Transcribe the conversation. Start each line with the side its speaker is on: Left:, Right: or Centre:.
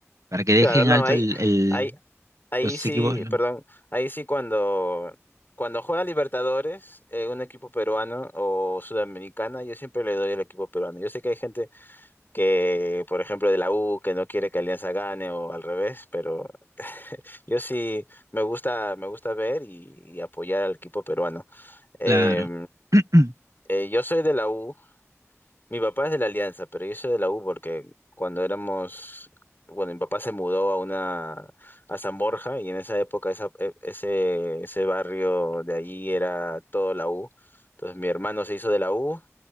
Right: para que dejen
Left: Claro, no,
Right: alto
Left: hay,
Right: el, el-
Left: hay, Ahí
Right: los
Left: sí,
Right: equipos.
Left: perdón, ahí sí cuando, cuando juega Libertadores, eh, un equipo peruano o sudamericana, yo siempre le doy el equipo peruano. Yo sé que hay gente que, por ejemplo, de la U, que no quiere que Alianza gane o al revés, pero yo sí me gusta, me gusta ver y, y apoyar al equipo peruano. Eh,
Right: Claro. <clears throat>
Left: eh, yo soy de la U mi papá es de la Alianza, pero yo soy de la U porque cuando éramos, bueno, mi papá se mudó a una a San Borja y en esa época esa- e- ese ese barrio de allí era todo la U. Entonces mi hermano se hizo de la U